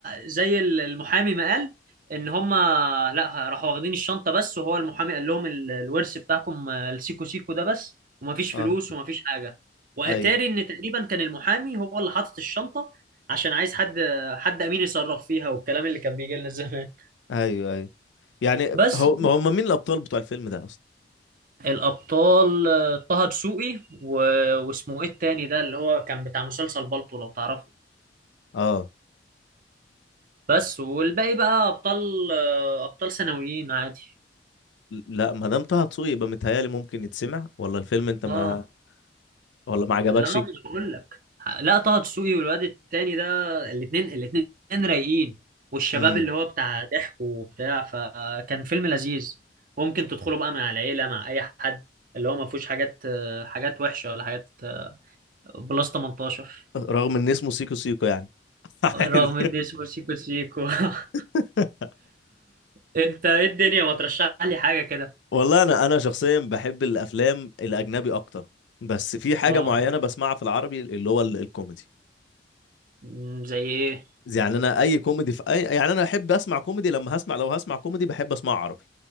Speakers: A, on the right (about 50°); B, on the left (about 85°).
A: زي ال- المحامي ما قال ان هما لا راحوا واخدين الشنطة بس وهو المحامي قال لهم ال- الورث بتاعكم آه، السيكو سيكو ده بس ومفيش فلوس
B: اه
A: ومفيش حاجة واتاري
B: ايوه
A: ان تقريبا كان المحامي هو اللي حاطط الشنطة عشان عايز حد حد امين يصرف فيها والكلام اللي كان بيجي لنا زمان
B: ايوه ايوه يعني
A: بس
B: هو هم مين الابطال بتوع الفيلم ده اصلا
A: الأبطال آه، طه دسوقي و- واسمه إيه التاني ده اللي هو كان بتاع مسلسل بالطو لو تعرفه
B: اه
A: بس والباقي بقى أبطال آه، أبطال ثانويين عادي
B: لا ما دام طه دسوقي يبقى متهيألي ممكن يتسمع ولا الفيلم انت ما
A: آه
B: ولا ما عجبكش
A: لا ما أنا بقول لك لا طه دسوقي والواد التاني ده الاتنين الاتنين رايقين والشباب
B: امم
A: اللي هو بتاع ضحك وبتاع فكان فيلم لذيذ ممكن تدخله بقى مع العيلة مع أي حد اللي هو ما فيهوش حاجات آه، حاجات وحشة ولا حاجات آه، بلس 18
B: رغم ان اسمه سيكو سيكو يعني <laughs> عادي
A: رغم ان اسمه سيكو سيكو <laughs>
B: <laughs>
A: انت ايه الدنيا ما ترشح لي حاجة كده
B: والله انا انا شخصيا بحب الافلام الاجنبي اكتر بس في حاجه
A: اه
B: معينه بسمعها في العربي اللي هو ال- الكوميدي
A: مم، زي ايه
B: يعني انا اي كوميدي في اي يعني انا احب اسمع كوميدي لما هسمع لو هسمع كوميدي بحب اسمع عربي